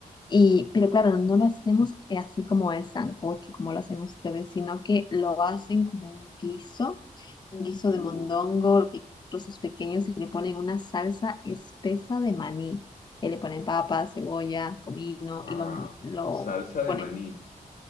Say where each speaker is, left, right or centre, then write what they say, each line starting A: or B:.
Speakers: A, on the left; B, on the left.
A: y, pero claro, no lo hacemos eh, así como el sancocho, como lo hacen ustedes, sino que lo hacen como un guiso, un guiso
B: uh,
A: de mondongo, lo pican en trozos pequeños y le ponen una salsa espesa de maní, y le ponen papas, cebolla, comino
B: wow.
A: y lo, lo
B: Salsa de
A: ponen
B: maní,